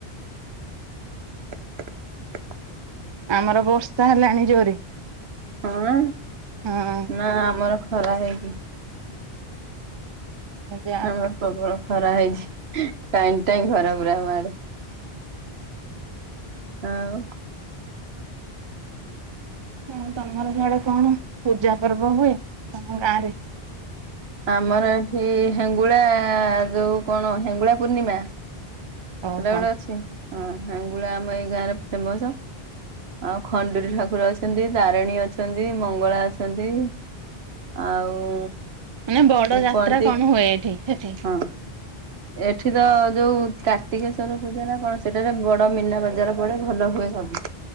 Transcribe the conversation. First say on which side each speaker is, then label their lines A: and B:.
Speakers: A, on the right; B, on the right.
A: <inaudible>
B: ଆମର ବସ୍ତା ହେଲାଣି ଜୋରେ।
A: ହଁ
B: ହଁ
A: ନା ଆମର ଖରା ହେଇଛିି।
B: ଯାହା
A: ହଁ
B: ହଉ।
A: ପ୍ରବଳ ଖରା ହେଇଛି ଟାଇଁ ଟାଇଁ ଖରା ପୁରା ବାହାରେ। ଆଉ
B: ହଁ ତମର ସିଆଡେ କଣ ପୂଜା ପର୍ବ ହୁଏ ତମ ଗାଁ ରେ?
A: ଆମର ଏଠି ହେଙ୍ଗୁଳା ଯୋଉ କଣ ହେଙ୍ଗୁଳା ପୂର୍ଣ୍ଣିମା।
B: ଓହୋ
A: ସେଟା ଗୋଟେ ଅଛି, ହଁ ହେଙ୍ଗୁଳା ଆମ ଏଇ ଗାଁ ରେ ଫେମସ। ଆଉ ଖଣ୍ଡୁୁରୀ ଠାକୁର ଅଛନ୍ତି, ତାରିଣୀ ଅଛନ୍ତି, ମଙ୍ଗଳା ଅଛନ୍ତି। ଆଉ
B: ମାନେ ବଡ ଯାତ୍ରା
A: କୁହନ୍ତି
B: କଣ ହୁଏ ଏଠି ସେଠି?
A: ହଁ ଏଠି ତ ଯୋଉ କାର୍ତ୍ତିକେଶ୍ଵର ପୂଜା ନା କଣ ସେଟାରେ ବଡ ମୀନା ବଜାର ପଡେ ଭଲ ହୁଏ ସବୁ।